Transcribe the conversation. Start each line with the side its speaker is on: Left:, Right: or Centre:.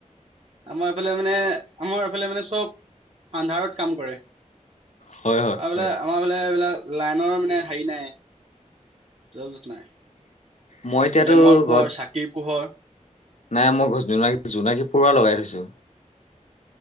Right: আমাৰ এইফালে মানে আমাৰ এইফালে মানে চব আন্ধাৰত কাম কৰে।
Left: হয় হয়
Right: আবলে
Left: হয়
Right: আমাৰ বলেবলে লাইনৰ মানে হেৰি নাই যত নাই।
Left: মই এতিয়াতো
Right: লেমৰ পোহৰ
Left: ঘৰত
Right: চাকিৰ পোহৰ
Left: নাই মই ঘৰত জোনাক জোনাকী পৰুৱা লগাই থৈছো।